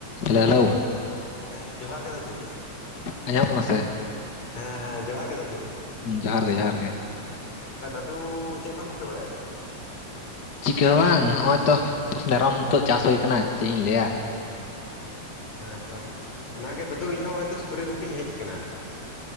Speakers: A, on the left (about 40°); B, on the left (about 65°).
A: Hello hello
B: ᱦᱮᱸ ᱡᱚᱦᱟᱨ ᱜᱮ ᱫᱟᱫᱩ
A: ᱟᱸᱡᱚᱢᱚᱜ ᱠᱟᱱᱟ ᱥᱮ
B: ᱦᱮᱸ ᱦᱮᱸ ᱡᱚᱦᱟᱨ ᱜᱮ ᱫᱟᱫᱩ
A: ᱡᱚᱦᱟᱨ ᱜᱮ ᱡᱚᱦᱟᱨ ᱜᱮ
B: ᱛᱟᱦᱚᱞᱮ ᱫᱟᱫᱩ ᱪᱮᱫ ᱠᱚᱢ ᱪᱤᱠᱟᱹ ᱵᱟᱲᱟᱭᱮᱫᱟ
A: ᱪᱤᱠᱟᱹ ᱵᱟᱝ ᱱᱚᱜᱼᱚᱭ ᱛᱚ ᱢᱮᱨᱚᱢ ᱱᱤᱛᱳ ᱪᱟᱥ ᱦᱩᱭ ᱠᱟᱱᱟ ᱪᱮᱫ ᱤᱧ ᱞᱟᱹᱭᱟ
B: ᱚ ᱦᱮᱸ ᱛᱚ ᱚᱱᱟᱜᱮ ᱫᱟᱫᱩ ᱤᱧ ᱦᱚᱸ ᱱᱚᱜ-ᱚᱭ ᱛᱚ ᱥᱩᱠᱨᱤ ᱜᱩᱯᱤᱧ ᱦᱮᱡ ᱟᱠᱟᱱᱟ